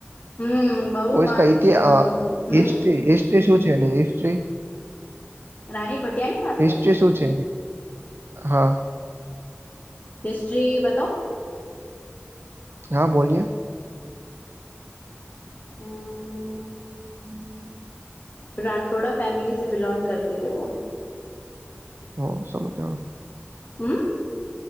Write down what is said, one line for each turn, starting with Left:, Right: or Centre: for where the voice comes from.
Left: હમ બહુ
Right: ઓ
Left: માનું
Right: ઇતિહ
Left: છું મેં બહુ હમ
Right: હિસ્ટ્રી હિસ્ટ્રી શું છે હિસ્ટ્રી.
Left: રાણી ભટિયાનીમાં
Right: હિસ્ટસ્ટ્રી
Left: છે
Right: શું છે હા.
Left: હિસ્ટ્રી બતાંવ.
Right: હા બોલીએ.
Left: હ.
Right: હમ્મ.
Left: રાઠોડા ફેમલીસે બિલૉગ કરતી થે વો.
Right: હ સમજો.
Left: હમ્મ.